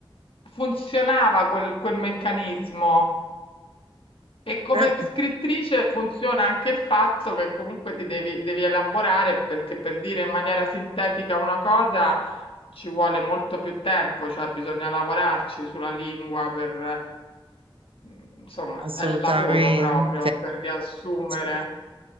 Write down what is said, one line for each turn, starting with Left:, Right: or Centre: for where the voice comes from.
Left: funzionava quel, quel meccanismo e come
Right: Eh,
Left: scrittrice funziona anche il fatto che comunque ti devi, devi elaborare perché per dire in maniera sintetica una cosa ci vuole molto più tempo, cioè bisogna lavorarci sulla lingua per, mm, insomma,
Right: assolutamente.
Left: è il lavoro proprio per riassumere.
Right: Cioè,